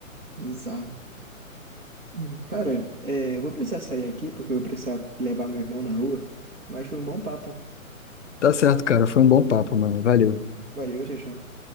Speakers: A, on the right; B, on the left.
A: bizarro. Hum, Cara, é, eu vou precisar sair aqui porque eu vou precisar levar meu irmão na rua, mas foi um bom papo.
B: Tá certo, cara. Foi um bom papo, mano. Valeu.
A: Valeu, tchau, tchau.